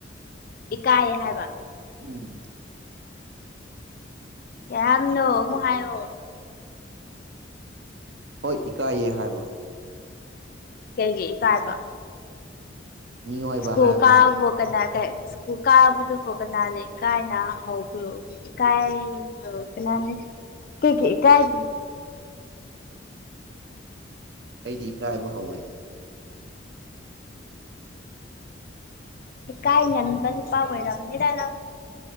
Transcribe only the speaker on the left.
ꯏ ꯀꯥꯏꯌꯦ ꯍꯥꯏꯕ
ꯀ ꯅꯣ ꯃꯨ ꯍꯥꯏꯣ
ꯀꯩꯒꯤꯩ ꯏ ꯀꯥꯏꯕ
ꯁꯨ
ꯀꯥꯕ ꯀꯅꯥꯇ ꯁꯀꯨꯜ ꯀꯥꯕꯗꯨ ꯐ ꯀꯅꯥꯅꯤ ꯀꯥꯏꯅ ꯍꯧꯕꯣ ꯀꯥꯏ ꯀꯅꯥꯅꯤ ꯀ ꯀ ꯀꯥꯏ
ꯀꯥꯏ ꯅ ꯑꯀꯅ ꯄꯕꯣꯏꯔꯗꯥꯥꯏꯅ